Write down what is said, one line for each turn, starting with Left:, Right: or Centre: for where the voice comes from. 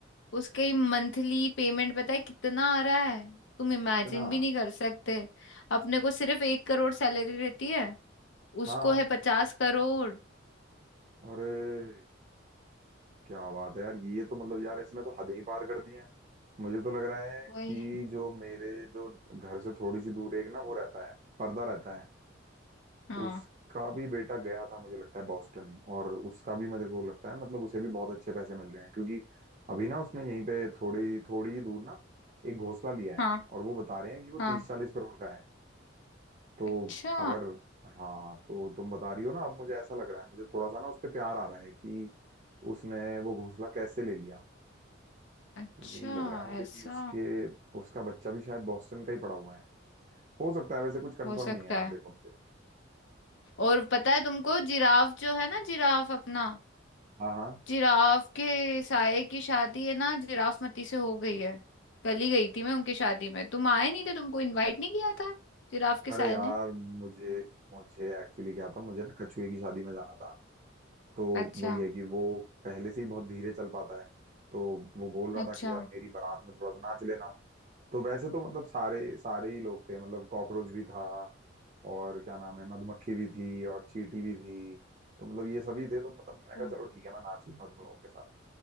Left: उसके ही मंथली पेमेंट पता है कितना आ रहा है तुम इमेजिन
Right: इतना
Left: भी नहीं कर सकते अपने को सिर्फ एक करोड़ सैलरी रहती है उसको
Right: हाँ
Left: है पचास करोड़
Right: अरे क्या बात है यार ये तो मतलब यार इसने तो हदें ही पार कर दी हैं मुझे तो लग रहा है
Left: वही
Right: कि जो मेरे जो घर से थोड़ी सी दूर एक ना वो रहता है पर्दा रहता है
Left: हाँ
Right: उसका भी बेटा गया था मुझे लगता है बॉस्टन और उसका भी मेरे को लगता है मतलब उसे भी बहुत अच्छे पैसे मिल रहे हैं क्योंकि अभी ना उसने यहीं पे थोड़ी थोड़ी ही दूर ना एक घोंसला लिया
Left: हाँ
Right: है और वो बता रहे हैं कि वो
Left: हाँ
Right: तीस चालीस करोड़ का है तो
Left: अच्छा
Right: अगर हाँ तो तुम बता रही हो ना अब मुझे ऐसा लग रहा है मुझे थोड़ा सा ना उस पे प्यार आ रहा है कि उसने वो घोंसला कैसे ले लिया
Left: अच्छा
Right: यही लग रहा है मुझे
Left: ऐसा
Right: कि उसके उसका बच्चा भी शायद बॉस्टन का ही पड़ा हुआ है हो सकता है वैसे कुछ कंफर्म
Left: हो सकता
Right: नहीं है यार
Left: है
Right: देखो मुझे
Left: और पता है तुमको जिराफ जो है ना जिराफ अपना
Right: हाँ हाँ
Left: जिराफ के साये की शादी है ना जिराफ मती से हो गई है कल ही गई थी मैं उनकी शादी में तुम आए नहीं थे तुमको इनवाइट नहीं किया था जिराफ के
Right: अरे
Left: साये
Right: यार
Left: ने
Right: मुझे मुझे एक्चुअली क्या था मुझे ना कछुए की शादी में जाना था तो
Left: अच्छा
Right: वही है कि वो पहले से ही बहुत धीरे चल पाता है तो वो बोल रहा
Left: अच्छा
Right: था कि यार मेरी बारात में थोड़ा सा नाच लेना तो वैसे तो मतलब सारे सारे ही लोग थे मतलब कॉकरोच भी था और क्या नाम है मधुमक्खी भी थी और चींटी भी थी तो मतलब ये सभी थे तो मतलब
Left: क्या?
Right: मैंने कहा चलो ठीक है मैं नाच लूंगा तुम लोगों के साथ